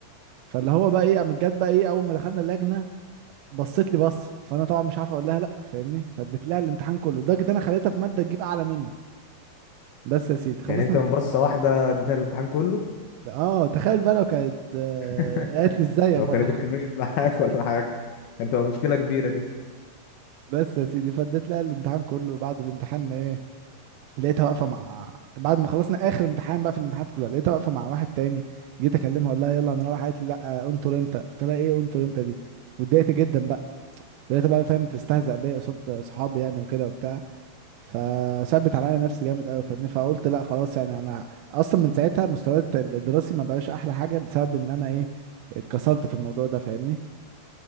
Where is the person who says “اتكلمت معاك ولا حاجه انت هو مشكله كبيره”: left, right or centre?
Left